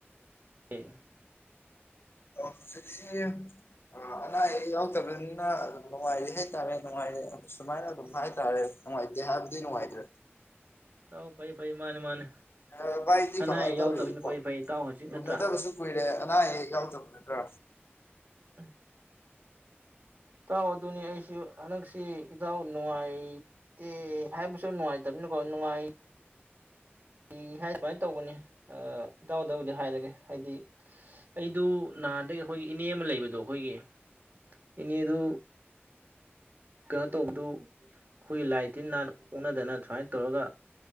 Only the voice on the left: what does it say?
ꯍꯧꯖꯤꯛꯁꯦ ꯑ ꯑꯅꯥ ꯑꯌꯦꯛ ꯌꯥꯎꯇꯕꯅꯤꯅ ꯑꯗꯨꯝ ꯅꯨꯡꯉꯥꯏꯔꯤ ꯍꯦꯇꯥꯔꯦ ꯅꯨꯡꯉꯥꯏꯔ ꯁꯨꯃꯥꯏꯅ ꯑꯗꯨꯝ ꯍꯥꯏꯇꯥꯔꯦ ꯅꯨꯡꯉꯥꯏꯇꯦ ꯍꯥꯏꯕꯗꯤ ꯅꯨꯡꯉꯥꯏꯇ꯭ꯔꯦ
ꯑꯥ ꯚꯥꯏꯗꯤ
ꯀꯃꯥꯏ
ꯇꯧꯔꯤꯀꯣ
ꯎꯅꯗꯕꯁꯨ ꯀꯨꯢꯔꯦ ꯑꯅꯥ ꯑꯌꯦꯛ ꯌꯥꯎꯗꯔꯕꯥ ꯅꯠꯇ꯭ꯔꯣ